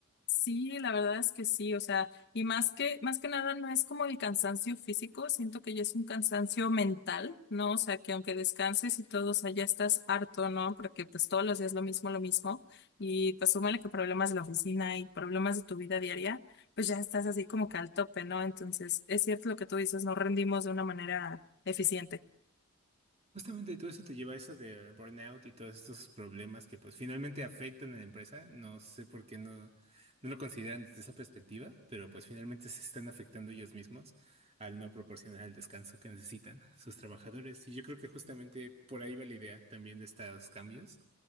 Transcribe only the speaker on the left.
Sí, la verdad es que sí, o sea, y más que, más que nada no es como el cansancio físico, siento que ya es un cansancio mental, ¿no? O sea, que aunque descanses y todo, o sea, ya estás harto, ¿no? Porque pues todos los días lo mismo, lo mismo, y pues súmale que problemas de la oficina y problemas de tu vida diaria, pues ya estás así como que al tope, ¿no? Entonces, es cierto lo que tú dices, no rendimos de una manera eficiente.